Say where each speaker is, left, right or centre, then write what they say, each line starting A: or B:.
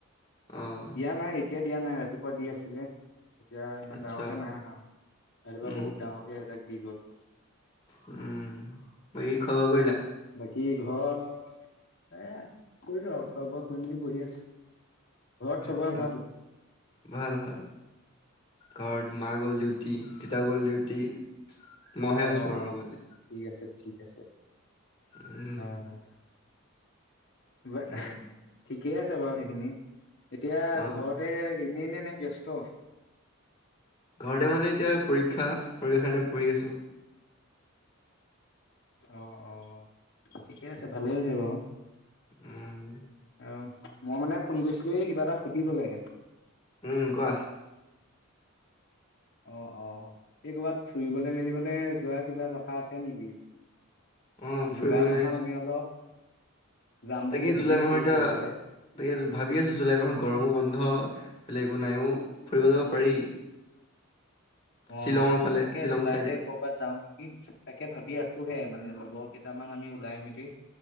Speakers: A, on the left; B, on the left.
A: অ',
B: দিয়া নাই এতিয়া দিয়া নাই ৰাতিপুৱা দি আছিলে। এতিয়া ইমান
A: আচ্ছা
B: ডাঙৰকে নাই আহা, ৰাতিপুৱা
A: উম,
B: বহুত ডাঙৰ কে এজাক দি গ'ল। <inaudible>
A: উম, মই এই খোৱা-বোৱা কৰিলা?
B: বাকী <inaudible> এ, কৰিলো আৰু, খোৱা-বোৱা কৰি মেলি বহি আছো ঘৰত চবৰে
A: আচ্ছা,
B: ভাল
A: ভাল-ভাল। ঘৰত মা গ'ল ডিউটি, দেউতা গ'ল ডিউটি। মইহে
B: অ
A: আছো
B: অ
A: আৰু
B: অ
A: অকলে।
B: অ ঠিক আছে ঠিক আছে।
A: উম,
B: হয়, হয়। <unintelligible> ঠিক
A: উম,
B: ঠিকেই আছে বাৰু সেইখিনি। এতিয়া
A: অ',
B: ঘৰতে <unintelligible> নে নে ব্যস্ত
A: ঘৰতে মানে এতিয়া পৰীক্ষা, <unintelligible> পঢ়ি আছো।
B: অ অ ঠিকে আছে, ভালেই হৈছে বাৰু।
A: উম,
B: আহ, মই মানে ফোন কৰিছিলো এই কিবা এটা সুধিব লাগে
A: উম, কোৱা।
B: অ অ, এই কৰ'বাত ফুৰিবলৈ-মেলিবলৈ যোৱা, কিবা কথা আছে নেকি?
A: অ', ফুৰিবলৈ
B: জুলাই মাহত আমি অলপ যাম বুলি
A: তাকে
B: ভাবিছো
A: জুলাই মাহৰ এতিয়া,
B: কৰবালে
A: তাকে ভাবি আছো জুলাই মাহত গৰমৰ বন্ধ বোলে একো নাই অ ', ফুৰি যাব পাৰি।
B: অ',
A: শ্বিলঙৰ ফালে
B: তাকে
A: শ্বিলং
B: জুলাইতে
A: চাইডে
B: কৰ'বাত যাও নেকি তাকে ভাবি আছো। ফুৰে মানে লগৰ কেইটামান আমি ওলাই মেলি,